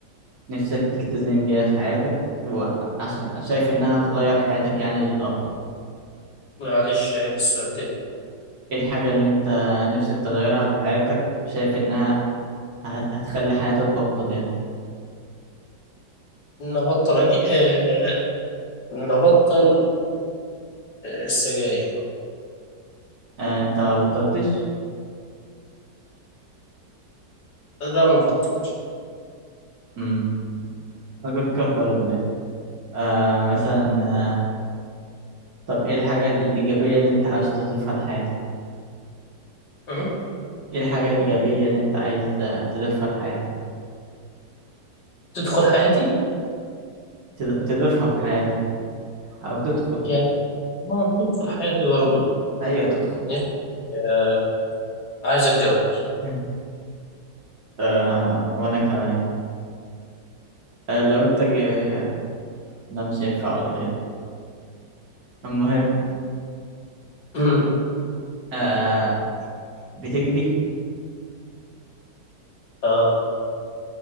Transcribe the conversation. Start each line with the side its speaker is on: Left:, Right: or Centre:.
Right: نفسك تلتزم بيها في حياتك وعشان شايف انها تغير حياتك يعني للأفضل
Left: معلش عيد السؤال تاني
Right: ايه الحاجة اللي انت نفسك تغيرها في حياتك شايف انها ه- هتخلي حياتك افضل يعني
Left: نبطل يعني آه آه، نبطل السجاير
Right: آه، انت ما بطلتش
Left: لا ما بطل
Right: امم فقد كفر يا ابن ال- آه مثلا آه، طب ايه الحاجة الإيجابية اللي انت عاوز تضيفها لحياتك
Left: أه؟
Right: ايه الحاجة الإيجابية اللي انت عايز آه، تضيفها لحياتك
Left: تدخل حياتي
Right: تض- تضيفها في حياتك او تدخل
Left: يعني ما تدخل حياتي برضو
Right: ايوه تدخل
Left: يعني آه عايز اتجوز
Right: <laughs> آه وانا كمان آه لو انت ج- لا مش هينفع اقولها دي المهم
Left: أمم،
Right: آه بتجري
Left: اه